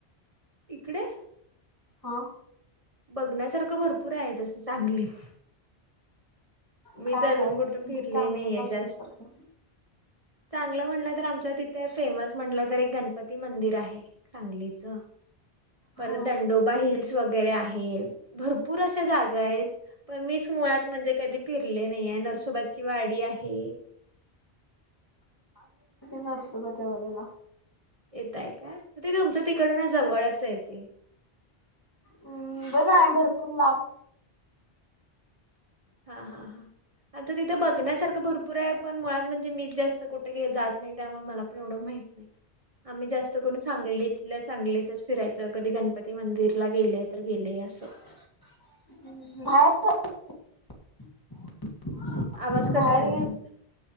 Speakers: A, on the right; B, on the left.
A: इकडे?
B: हा
A: बघण्यासारखं भरपूर आहे तस सांगलीत.
B: काय
A: मीच अजून
B: आहे
A: कुठं
B: म्हणजे
A: फिरले
B: चांगलं
A: नाही
B: बघण्यासारखं
A: जास्त. चांगलं म्हटलं तर, आमच्या तिथे फेमस म्हटलं तरी एक गणपती मंदिर आहे. सांगलीचं, परत
B: हा
A: दंडो हिल्स वगैरे आहे, भरपूर अशा जागा आहेत, पण मीच मुळात कधी फिरले नाही हाय, नरसोबाचीवाडी आहे.
B: नरसोबाची <unintelligible>
A: येताय काय, मग तुमच्या तिकडन जवळच आहे ते
B: हम्म! बघ आहे भरपूर लांब
A: हां हां हां. आमच्या तिथे बघण्यासारखं भरपूर आहे, पण मुळात म्हणजे मीच जास्त कुठेे जात नाही, त्यामुळे मला पण एवढं माहत नाही. आम्ही जास्त करून सांगलीत सांगलीतच फिरायचं कधी, गणपती मंदिरला गेले तर गेले असं
B: बाहेर
A: आवाज कट
B: बाहेर
A: व्हायलायं तुमचा,